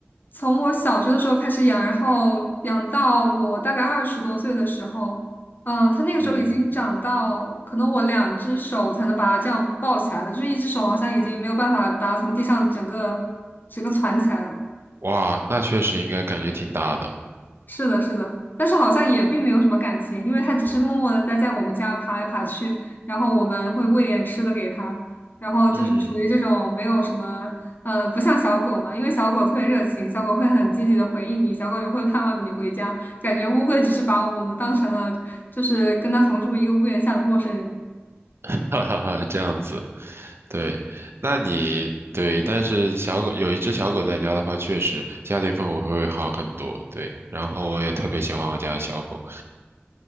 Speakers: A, on the left (about 45°); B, on the right (about 65°).
A: 从我小学的时候开始养，然后养到我大概二十多岁的时候，嗯，它那个时候已经长到可能我两只手才能把它这样抱起来了，
B: 嗯，
A: 就是一只手好像已经没有办法把它从地上整个整个攒起来了。
B: 哇，那确实应该感觉挺大的。
A: 是的，是的，但是好像也并没有什么感情，因为它只是默默的待在我们家爬来爬去，然后我们会喂点吃的给它，然后就是处于这种没有什么，
B: 嗯，
A: 呃，不像小狗嘛，因为小狗特别热情，小狗会很积极的回应你，小狗也会盼望着你回家，感觉乌龟只是把我们当成了就是跟它同住一个屋檐下的陌生人。
B: <laughs> 哈哈哈，这样子，对，那你对，但是小狗有一只小狗在家的话，确实家庭氛围会好很多。对，然后我也特别喜欢我家的小狗。